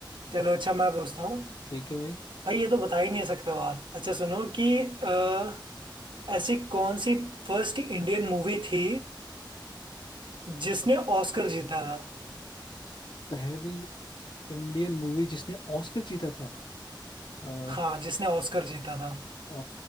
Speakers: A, on the right (about 75°); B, on the left (about 65°).
A: चलो अच्छा मैं पूछता हूँ
B: ठीक है भाई
A: भाई ये तो बता ही नहीं सकते हो आप अच्छा सुनो कि अ, ऐसी कौन सी फर्स्ट इंडियन मूवी थी जिसने ऑस्कर जीता था
B: पहली इंडियन मूवी जिसने ऑस्कर जीता था अ,
A: हाँ जिसने ऑस्कर जीता था
B: अ,